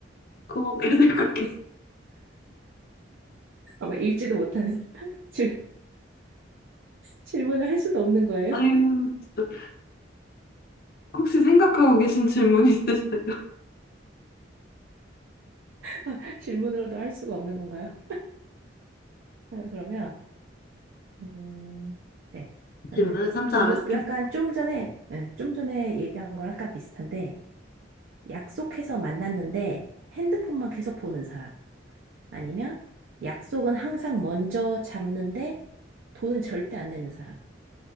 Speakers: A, on the left (about 55°); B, on the right (about 80°).
A: 그거밖에 생각이
B: 아마 읽지도 못하는 <laughs> 질, 질문을 할 수도 없는 거예요?
A: <laughs> 아유, 진짜 혹시 생각하고 계신 질문 있으세요?
B: <laughs> 질문으로도 할 수가 없는 건가요? 응, 그러면, 음, 네. 저는
A: 질문을 삼자
B: 이것도
A: 습니
B: 약간 좀 전에, 예, 좀 전에 얘기한 거랑 약간 비슷한데, 약속해서 만났는데 핸드폰만 계속 보는 사람. 아니면 약속은 항상 먼저 잡는데 돈은 절대 안 내는 사람.